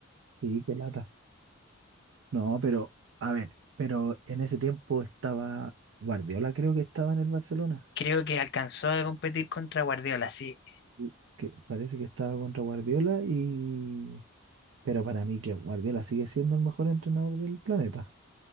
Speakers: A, on the right (about 65°); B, on the left (about 50°).
A: Sí, qué lata. No, pero, a ver, pero en ese tiempo estaba Guardiola, creo que estaba en el Barcelona.
B: Creo que alcanzó a competir contra Guardiola, sí,
A: Sí. Que parece que estaba contra Guardiola y... Pero para mí que Guardiola sigue siendo el mejor entrenador del planeta.